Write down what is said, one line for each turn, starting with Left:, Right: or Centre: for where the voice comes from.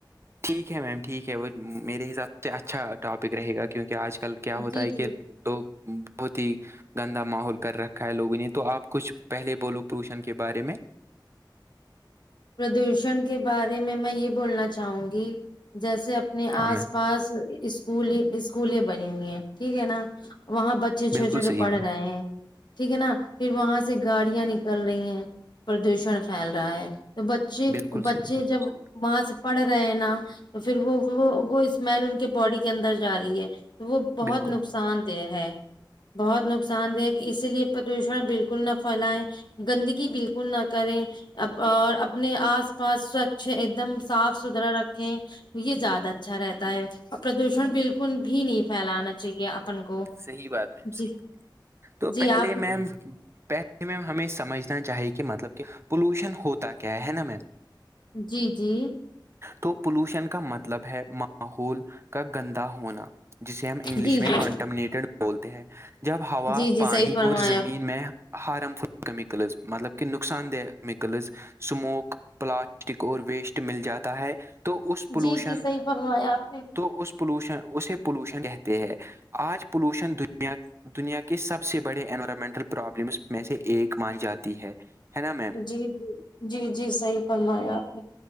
Right: ٹھیک ہے میم ٹھیک ہے وہ میرے حساب سے اچھا ٹاپک رہے گا کیونکہ آج کل کیا ہوتا
Left: جی
Right: ہے
Left: جی
Right: کہ دو بہت ہی گندا ماحول کر رکھا ہے لوگوں نے تو آپ کچھ پہلے بولو پوشن کے بارے میں
Left: پردوشن کے بارے میں میں یہ بولنا چاہوں گی جیسے اپنے
Right: ہاں
Left: آس
Right: میم
Left: پاس اسکول اسکول بنی ہوئی ہیں ٹھیک ہے نا وہاں ب اچھے چھوٹے
Right: بالکل
Left: چھوٹے
Right: صحیح
Left: پڑھ
Right: میم
Left: رہے ہیں <inaudible> ٹھیک ہے نا پھر وہاں سے گاڑیاں نکل رہی ہیں پردوشن پھیل رہا ہے تو بچے
Right: بالکل
Left: بچے
Right: صحیح بالکل
Left: جب
Right: صحیح
Left: وہاں سے پڑھ رہے ہیں نا تو پھر وہ وہ وہ اسمل ان کے باڈی کے اندر جا رہی ہے وہ بہت
Right: بالکل
Left: نقصان دہ ہے بہت نقصان دہ کہ اسی لیے پردوشن بالکل نہ پھیلیں گندگی بالکل نہ کریں ا اور ا اپنے آس پاس سوچھ ایک دم صاف ستھرا رکھ یہ زیادہ اچھا رہتا ہے اور پردوشن بالکل بھی نہیں پھیلانا چاہیے اپن کو
Right: صحی بات میمی
Left: جی
Right: تو
Left: جی
Right: پہلے
Left: آپ
Right: میم پ میم ہمیں سمجھنا چاہیے کہ مطلب کہ پولوشن ہوتا کیا ہے نا میم
Left: جی جی
Right: تو پولوشن کا مطلب ہے ماحول کا گندا ہونا جسے ہم انگلش
Left: جی جی
Right: میں کنٹمنیٹیڈ بولتے ہیں جب ہوا
Left: جی جی
Right: پانی
Left: صحیح فرمایا
Right: اور زمین
Left: آپ
Right: میں ہارم فل کیمکلز مطلب کہہ نقصان دہ کیمکلز سموک پلاسٹک اور ویسٹ مل جاتا ہے تو اس پولوشن
Left: جی جی صحیح فرمایا آپ نے
Right: تو اس پولوشن اسے پولوشن کہتے ہیں آج پولوشن دنیا دنیا کے سب سے بڑے انوائرمنٹل پرابلمس میں سے ایک مانی جاتی ہے نا میں
Left: جی جی جی جی صحیح فرمایا آپ نے